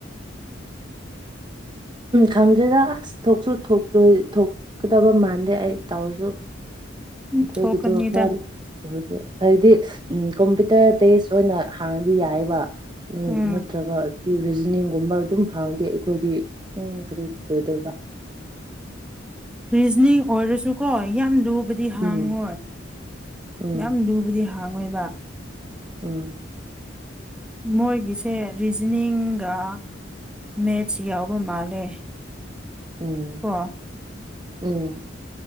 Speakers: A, on the right; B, in the centre.
A: ꯈꯪꯖꯗ ꯑꯁ ꯊꯣꯛꯁꯨ ꯊ ꯊꯣꯛꯣꯛ ꯂꯣꯏ ꯊꯣꯛꯀꯗꯕ ꯃꯥꯟꯗꯦ ꯑꯩ ꯇꯧꯔꯁꯨ
B: ꯎꯝ
A: ꯃꯈꯈꯣꯏꯒꯤꯗ
B: ꯊꯣꯛꯀꯅꯤꯗ
A: ꯈꯔ ꯍꯥꯏꯗꯤ ꯎꯝ ꯀꯣꯝꯄ꯭ꯌꯨꯇꯔ ꯕꯦꯁ ꯑꯣꯏꯅ ꯍꯥꯡꯅꯗꯤ ꯌꯥꯏꯕ
B: ꯎꯝ
A: ꯅꯠꯇ꯭ꯔꯒ ꯔꯤꯖꯅꯤꯡꯒꯨꯝꯕ ꯑꯗꯨꯝ ꯍꯥꯡꯅꯗꯤꯦ ꯑꯩꯈꯣꯏꯗꯤ ꯎ ꯀꯔꯤ ꯑꯣꯏꯗꯣꯏꯒꯥ
B: ꯔꯤꯖꯅꯤꯡ ꯑꯣꯏꯔꯁꯨꯀꯣ ꯌꯥꯝ ꯂꯨꯕꯗꯤ ꯍꯥꯡꯉꯣꯏ
A: ꯎꯝ ꯎꯝ
B: ꯌꯥꯝ ꯂꯨꯕꯗꯤ ꯍꯥꯡꯉꯣꯏꯕ
A: ꯎꯝ
B: ꯃꯣꯏꯒꯤꯁꯦ ꯔꯤꯖꯅꯤꯡꯒ ꯃꯦꯠꯆ ꯌꯥꯎꯕ ꯃꯥꯜꯂꯦ
A: ꯎꯝ
B: ꯀꯣ
A: ꯎꯝ